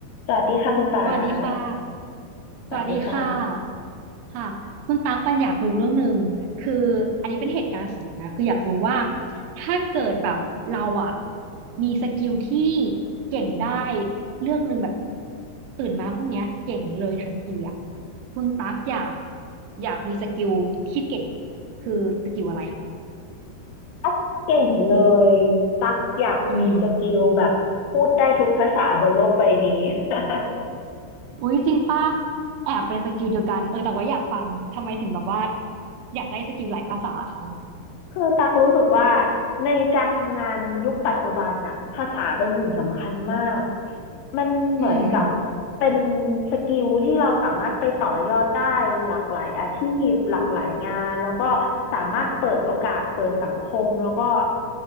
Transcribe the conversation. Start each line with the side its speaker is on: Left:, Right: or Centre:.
Left: สวัสดีค่ะคุณปาน
Right: สวัสดีค่ะ
Left: สวัสดีค่ะ
Right: สวัสดีค่ะค่ะคุณตั๊กปันอยากรู้เรื่องหนึ่งคืออันนี้เป็นเหตุการณ์สมมตินะคืออยากรู้ว่าถ้าเกิดแบบเราอะมีสกิลที่เก่งได้เรื่องหนึ่งแบบตื่นมาพรุ่งเนี้ยเก่งเลยทันทีอะคุณตั๊กอยากอยากมีสกิลที่เก่งคือสกิลอะไรคะ
Left: ตั๊กเก่งเลยตั๊กอยากมีสกิลแบบพูดได้ทุกภาษาบนโลกใบนี้
Right: อืม
Left: <laughs>
Right: อุ้ยจริงป่ะแอบเป็นสกิลเดียวกันเออแต่ว่าอยากฟังทำไมถึงแบบว่าอยากได้สกิลหลายภาษาคะ
Left: คือตักรู้สึกว่าในการทำงานยุคปัจจุบันน่ะภาษาเป็นสิ่งสำคัญมากมันเหมือนกับ
Right: อืม
Left: เป็นสกิลที่เราสามารถไปต่อยอดได้หลากหลายอาชีพหลากหลายงานแล้วก็สามารถเปิดโอกาสเปิดสังคมแล้วก็